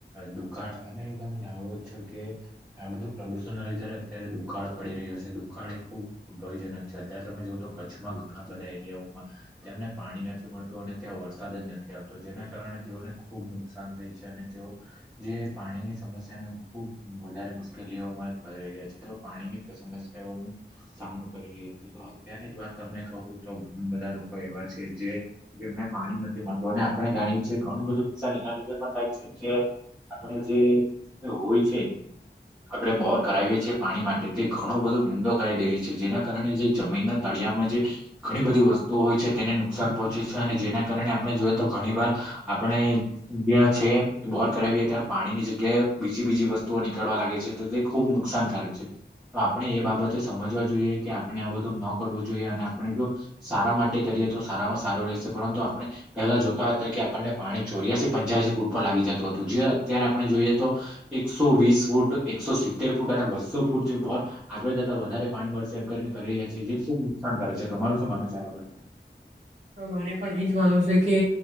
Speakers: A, in the centre; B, on the right (about 35°).
A: દુકાળ અને તમે જાણો છો કે આ બધું.. દૂષણ લાગી્યારે. અત્યારે દુકાળ પડી રહ્યો છે દુકાળ એ ખુબ ભયજનક છે અત્યારે તમે જો તો કચ્છમાં ઘણા બધા એરિયાઓ. તેમા તેમને પાણી નથી મળતું અને ત્યાં વરસાદ જ નથી આવતો જેના કારણે તેઓને ખુબ નુકસાન થાય. જયારે તેઓ જે પાણીની સમસ્યાને ખુબ વધારે મુશ્કેલીઓમાં ભરાઈ ગયા છે. તોપાણીની સમસ્યાઓ ન સામનો કરેલી છે તો અત્યની જ વાત તમને કહું તો. બધા લોકો એવા છે જે જેમને પાણી નથી મળતું અને આપણે જાણીએ છીએ ઘણું બધું નુકસાન એના લીધે પણ. આપણા જીજીય આપણે જે હોય છે આપણેે બોર કરાવીએ છેએ. પાણી માટે તે ઘણો બધો ઊંડો કરી દે છે જેના કારણે જે જમીનના તળિયામાં જે ઘણી બધી વસ્તુ. તોહોય છે તેને નુકસાન પહોંચે છે અને જેના કારણે આપણે જોઈએ તો ઘણી વાર આપણે જે. છે બોર કરાવીએ ત્યાં પાણી ની જગ્યાએ બીજી બીજી વસ્તુઓ નીકળવા લાગે છે તો તે ખુબ નુકસાનકારક. આપણે એ બાબતે સમજવા જોઈએ કે આપણે આ બધું ન. કરવો જોઈએ અને આપણે જો સારા માટે કરીએ તો સારામાં સારું રહેશે પરંતુ આપણે પહેલા જોતા હતા કે. આપણને પાણી ચોર્યા છે. પંચ્યાસી ફૂટ પર લાગી જતુ હતુ જે અત્યારે આપણે જોઈએ તો એકસો વીસ ફૂટ એકસો સિત્તેર ફૂટ. અને બસ્સો ફૂટ જે બોર આગળ જતા વધારે પાણી મળશે એમ કરીને કરી રહ્યા છેએ જે જે. શુ જ નુકસાન કરે છે તો તમારું શું માનવુ છે આ બાબતે.
B: હ મારે પણ એજ માનવું છે કે